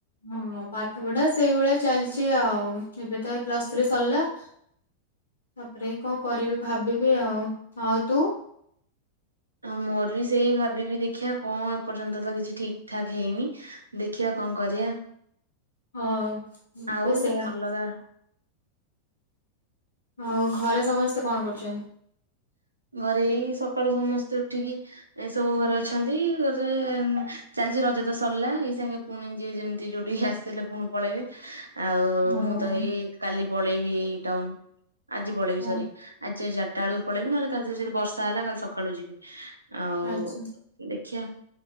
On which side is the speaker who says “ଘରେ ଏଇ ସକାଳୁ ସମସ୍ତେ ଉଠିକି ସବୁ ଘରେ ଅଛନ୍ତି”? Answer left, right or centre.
Right